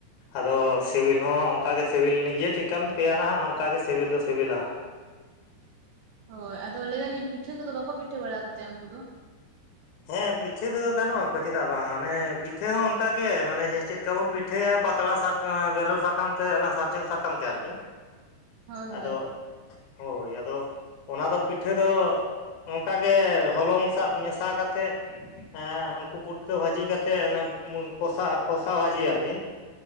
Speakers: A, on the left; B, on the right.
A: ᱟᱫᱚ ᱥᱮᱵᱮᱞ ᱦᱚᱸ ᱚᱱᱠᱟᱜᱮ ᱥᱮᱵᱮᱞ ᱱᱤᱡᱮ ᱪᱮᱫᱠᱟᱢ ᱛᱮᱭᱟᱨᱟ ᱦᱟᱸᱜ ᱚᱱᱠᱟᱜᱮ ᱥᱮᱵᱮᱞ ᱫᱚ ᱥᱮᱵᱮᱞᱟ ᱦᱟᱸᱜ᱾
B: ᱦᱳᱭ ᱟᱫᱚ ᱞᱟᱹᱭ ᱫᱟᱞᱤᱧ ᱯᱤᱴᱷᱟᱹ ᱠᱚᱫᱚ ᱵᱟᱠᱚ ᱯᱤᱴᱷᱟᱹ ᱵᱟᱲᱟ ᱠᱚᱛᱮ ᱩᱱᱠᱩ ᱫᱚ?
A: ᱦᱮᱸ ᱯᱤᱴᱷᱟᱹ ᱫᱚ ᱜᱟᱱᱚᱜᱼᱟ ᱠᱚ ᱪᱮᱫᱟᱜ ᱵᱟᱝ, ᱟᱱᱮ ᱯᱤᱴᱷᱟᱹ ᱦᱚᱸ ᱚᱱᱠᱟ ᱜᱮ ᱢᱟᱱᱮ ᱪᱮᱫ ᱠᱟ ᱵᱚᱱ ᱯᱤᱴᱷᱟᱹᱭᱟ ᱯᱟᱛᱲᱟ ᱥᱟ ᱠᱟ ᱮᱸ ᱵᱮᱨᱮᱞ ᱥᱟᱠᱟᱢ ᱛᱮ ᱚᱱᱟ ᱥᱟᱨᱡᱚᱢ ᱥᱟᱠᱟᱢ ᱛᱮ ᱟᱨᱠᱤ,
B: ᱦᱳᱭ
A: ᱟᱫᱚ
B: ᱦᱳᱭ
A: ᱦᱳᱭ ᱟᱫᱚ ᱚᱱᱟ ᱫᱚ ᱯᱤᱴᱷᱟᱹ ᱫᱚ ᱚᱱᱠᱟ ᱜᱮ ᱦᱚᱞᱚᱝ ᱥᱟᱜ ᱢᱮᱥᱟ ᱠᱟ ᱛᱮᱫ ᱮᱸ ᱩᱱᱠᱩ ᱯᱩᱴᱠᱟᱹ ᱵᱷᱟᱹᱡᱤ ᱠᱟᱛᱮᱫ ᱚᱱᱮ ᱠᱚᱥᱟ ᱠᱚᱥᱟ ᱵᱷᱟᱹᱡᱤ ᱟᱨᱠᱤ᱾